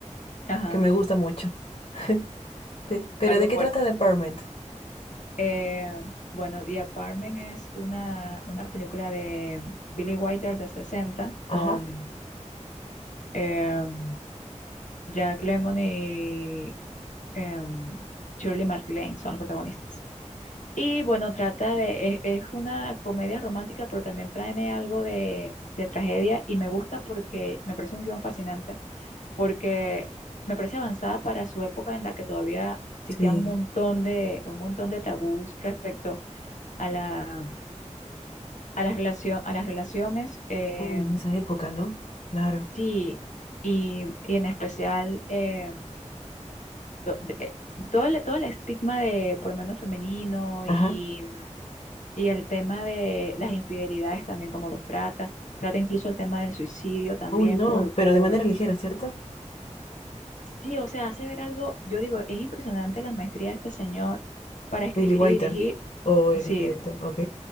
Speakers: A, on the left; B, on the left.
A: <laughs> Ajá,
B: que me gusta mucho. <laughs> Pe- Pero
A: algo
B: ¿de qué
A: fuerte.
B: trata Department?
A: Eh, bueno, The Apartment es una, una película de Billy Wilder de 60 con
B: Ajá.
A: em, Jack Lemmon y em, Shirley MacLaine, son los protagonistas. Y bueno, trata de, es, es una comedia romántica, pero también trae algo de, de tragedia y me gusta porque me parece un guión fascinante, porque me parece avanzada para su época en la que todavía existían
B: Sí.
A: un montón de, un montón de tabús respecto a la, a las relación, a las relaciones, eh,
B: Uy, en esa época, ¿no? Claro.
A: sí, y, y en especial eh, to- de- eh, todo el, todo el estigma de por lo menos femenino
B: Ajá.
A: y Y el tema de las infidelidades también, cómo los trata. Trata incluso el tema del suicidio también
B: Uy, no,
A: por, por...
B: pero de manera ligera, ¿cierto?
A: Sí, o sea, hace ver algo, yo digo, es impresionante la maestría de este señor para escribir
B: Billy Wilder
A: y dirigir.
B: o el
A: Sí,
B: director, ok.